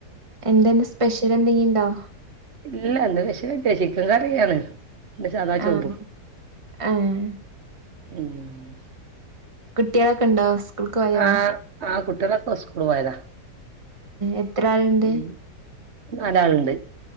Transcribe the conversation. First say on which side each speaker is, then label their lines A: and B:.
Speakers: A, on the right; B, on the right.
A: എന്തെന്ന സ്പെഷ്യൽ എന്തെങ്കുണ്ടോ
B: ഇല്ല എന്ന് പക്ഷേ ചിക്കൻ കറിയാണ് പിന്നെ സാദാ ചോറും
A: ആഹ് ആഹ്
B: ഉം
A: കുട്ടികളൊക്കെ ഉണ്ടോ സ്കൂൾക്ക് പോയോ
B: ആഹ് ആഹ് കുട്ടികളൊക്കെ സ്കൂളിൽ പോയതാ
A: എത്ര ആളുണ്ട്
B: ഉം നാലാളുണ്ട്